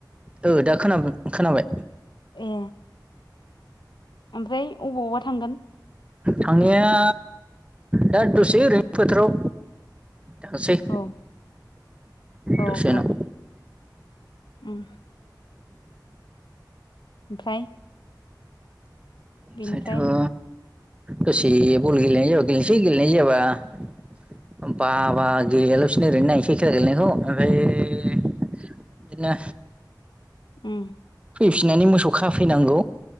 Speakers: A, on the right; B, on the left.
A: ओ दा खोना-खोनाबाय
B: ए। ओमफ्राय अबावबा थांगोन?
A: थांनाया दा दसे ओरैनो फोथाराव थांसै।
B: औ औ
A: दसे
B: औ
A: उनाव।
B: उम। ओमफ्राय बेनिफ्राय
A: सायथ'वा दसे बल गेलेनाय जाबा गेलेनोसै गेलेनाय जायाबा बाबा गेलेयाल'सिनो ओरैनो नायसै खेला गेलेनायखौ ओरैनो बिदिनो
B: उम।
A: फैफिनानै मोसौ खाफैनांगौ